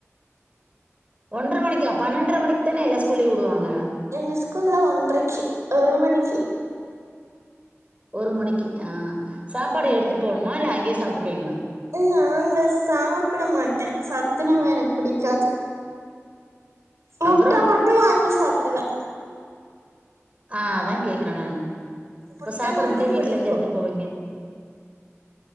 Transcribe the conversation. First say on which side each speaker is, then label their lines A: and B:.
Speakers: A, on the right; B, on the right.
A: ஒன்றர மணிக்கா பன்னெண்ர மணிக்கு தான எல்லா ஸ்கூலியுவுடுவாங்க
B: எங்கே ஸ்கூல்லா ஒன்றைக்கு ஒரு மணிக்கி
A: ஒரு மணிக்கு ஆ சாப்பாடு
B: ம்
A: எடுத்துட்டு போணுமா இல்ல அங்கேயே சாப்பிட்டுபிங்களா
B: நாங்க சாப்பிடமாட்டே சத்துணவு எனக்கு பிடிக்காது முட்ட
A: அப்புறம்
B: மட்டு வாங்கி சாப்பிடுவே
A: ஆ அதா கேக்கற நானு இப்ப
B: முட்ட
A: சாப்பாடு மட்டு வீட்ல
B: பிடிக்கு
A: இந்து எடுத்துட்டு போவீங்க